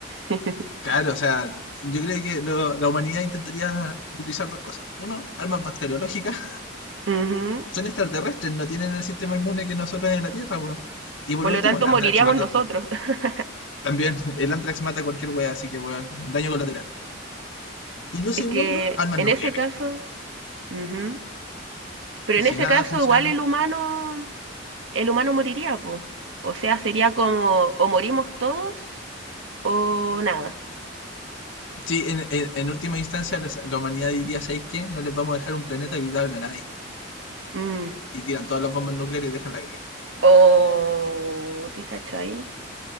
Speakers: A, on the right; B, on the left.
A: <laughs>
B: Claro, o sea, yo creo que lo- la humanidad intentaría utilizar dos cosas. Uno, armas bacteriológicas
A: Ujú.
B: Son extraterrestres, no tienen el sistema inmune que nosotros en la Tierra, weón. Y por
A: Por
B: último,
A: lo tanto,
B: el Antrax
A: moriríamos
B: mata.
A: nosotros. <laughs>
B: También, <laughs> el Antrax mata a cualquier weón, así que weón, daño colateral. Y lo segundo,
A: Es que
B: armas
A: en
B: nucleares.
A: ese caso, ujú. Pero
B: Y
A: en
B: si
A: ese
B: nada
A: caso
B: funciona.
A: igual el humano, el humano moriría, pues. O sea, sería como o morimos todos o nada.
B: Sí, en, en- en última instancia, les- la humanidad diría: ¿sabéis qué? No les vamos a dejar un planeta habitable a nadie.
A: Mm.
B: Y tiran todas las bombas nucleares y dejan la guerra.
A: O, ¿te cachai?